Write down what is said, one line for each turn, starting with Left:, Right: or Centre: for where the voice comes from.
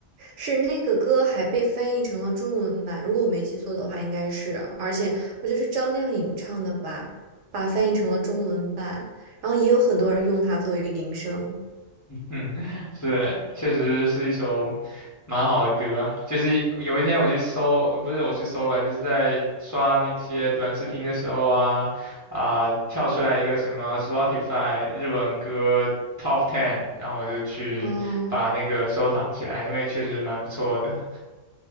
Right: 是那个歌还被翻译成了中文版，如果我没记错的话，应该是，而且我觉得是张靓颖唱的吧，把它翻译成了中文版，然后也有很多人用它作为铃声。
Left: <laughs> 嗯，是，确实是一首蛮好的歌啊就是有一天我去搜，不是我去搜吧，就是在刷那些短视频的时候啊，啊、跳出来一个什么 Spotify 日文歌 Top Ten，然后我就去把那个收藏起来，
Right: 嗯，
Left: 因为确实蛮不错的。